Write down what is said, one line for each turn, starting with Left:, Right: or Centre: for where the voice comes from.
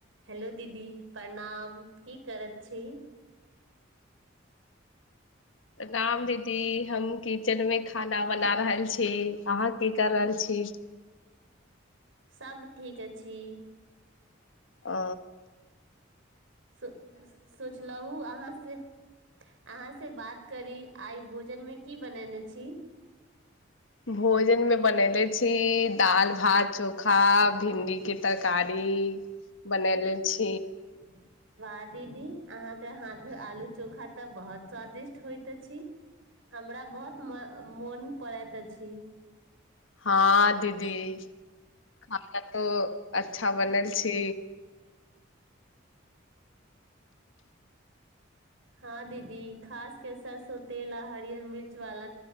Right: Hello दीदी प्रणाम की कर छी
Left: प्रणाम दीदी हम किचेन मे खाना बना रहल छी अहाँ की कर रहल छी
Right: सभ ठीक अछि
Left: आ
Right: स सोचलहु अहाँ से अहाँ से बात करी आइ भोजनमे की बनेने छी
Left: भोजन मे बनले छी दाल भात चोखा भिंडी के तरकारी बनले छी
Right: ह वाह दीदी अहाँके हाथ आलू चोखा तऽ बहुत स्वादिष्ट होइत अछि हमरा बहुत मोन पड़ैत अछि
Left: हँ दीदी खाना तो अच्छा बनल छी।
Right: हँ दीदी खास के सर। तेल आ हरियर मिर्च वाला।